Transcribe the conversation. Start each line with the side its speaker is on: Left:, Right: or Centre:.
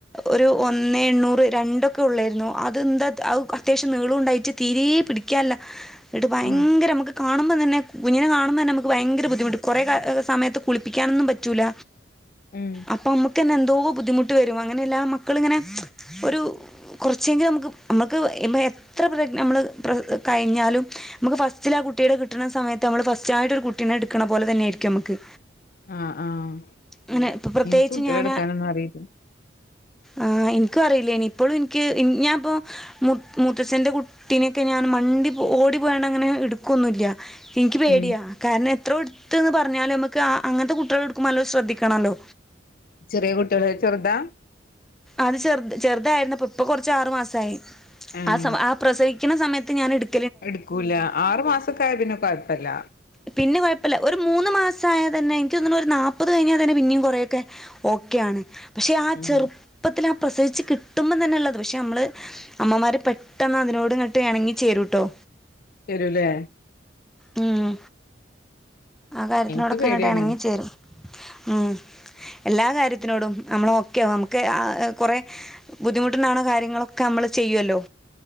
Centre: ഒരു ഒന്നേ എണ്ണൂറ് രണ്ടൊക്കെ ഉള്ളായിരുന്നു അത് എന്താ അത്യാവശ്യം നീളോം ഉണ്ടായിട്ട് തീരെ പിടിക്കാനില്ല ങ്ങട്ട് ഭയങ്കര
Left: ഉം
Centre: മ്മക്ക് ക കാണുമ്പോൾ തന്നെ കുഞ്ഞിനെ കാണുമ്പോ തന്നെ നമുക്ക് ഭങ്കര ബുദ്ധിമുട്ട് കൊറേ സമയത്ത് നമുക്ക് കുളിപ്പിക്കാനൊന്നും പറ്റൂല്ല
Left: ഉം
Centre: അപ്പൊ നമുക്ക്- ന്നെ എന്തോ ബുദ്ധിമുട്ട് വരും അങ്ങനെ എല്ലാ മക്കളിങ്ങനെ ഒരു കുറച്ചെങ്കിലും നമുക്ക് നമ്മക്ക് ഇപ്പൊ എത്ര നമ്മൾ പ്ര- കഴിഞ്ഞാലും നമുക്ക് ഫസ്റ്റിൽ ആ കുട്ടിയുടെ കിട്ടണ സമയത്ത് നമ്മൾ ഫസ്റ്റ്ലെ ഒരു കുട്ടിനെ എടുക്കണ പോലെ തന്നെയായിരിക്കും നമുക്ക്
Left: ആഹ് ആഹ്
Centre: അങ്ങനെ ഇപ്പൊ പ്രത്യേകിച്ച്
Left: ഇൻക്ക് കുട്ട്യാളെ
Centre: ഞാൻ
Left: എടുക്കാനൊന്നും അറിയില്ല
Centre: ആഹ് എനിക്കും അറിയില്ലേനി ഇപ്പോഴും എനിക്ക് ഞാനപ്പോ- മു മുത്തച്ഛൻന്റെ കുട്ടിനൊക്കെ ഞാ- ആ മണ്ടി ഓടി പോയണ്ട് അങ്ങനെ എടുക്കൊന്നും ഇല്ല എനിക്ക് പേടിയാ
Left: ഉം
Centre: കാരണം ഇത്ര എടുത്ത്ന്ന് പറഞ്ഞാലും നമുക്ക് അങ്ങനത്തെ കുട്ടികളെ എടുക്കുമ്പോൾ നല്ല ശ്രദ്ധിക്കണല്ലോ
Left: ചെറിയ കുട്ടികളെ ചെറുതാ
Centre: അത് ചെറ് ചെറുതായിരുന്നപ്പ ഇപ്പൊ കുറച്ച് ആറ് മാസായി
Left: ആഹ്
Centre: ആ ആ പ്രസവി- ക്കണ സമയത്ത് ഞാൻ എടു-
Left: എടുക്കൂല ആറ് മാസക്കായ പിന്നെ കൊഴപ്പില്ല
Centre: പിന്നെ കൊഴപ്പല്ല ഒരു മൂന്ന് മാസായ തന്നെ ക്ക് തോന്നണ് ഒരു നാപ്പത് കഴിഞ്ഞൽ തന്നെ പിന്നെയും കുറെയൊക്കെ ഓക്കെയാണ് പക്ഷെ ആ
Left: ഉം
Centre: ചെറുപ്പത്തില പ്രസവിച്ച് കിട്ടുമ്പം തന്നെ ഉള്ളത് പക്ഷെ നമ്മള് അമ്മമാര് പെട്ടെന്ന് അതിനോട്ങ്ങിട്ട് ഇണങ്ങി ചേരൂട്ടോ
Left: ശരില്ലേ
Centre: ഉം ആ കാര്യത്തിനോടൊക്കെ
Left: ഇൻക്ക് പേടിയാണ്
Centre: ഇങ്ങോട്ട് ഇണങ്ങി ചേരും ഉം എല്ലാ കാര്യത്തിനോടും നമ്മൾ ഓക്കെയാവും നമുക്ക് കൊറെ ബുദ്ധിമുട്ടുണ്ടാവണ കാര്യങ്ങളൊക്കെ നമ്മള് ചെയ്യുവല്ലോ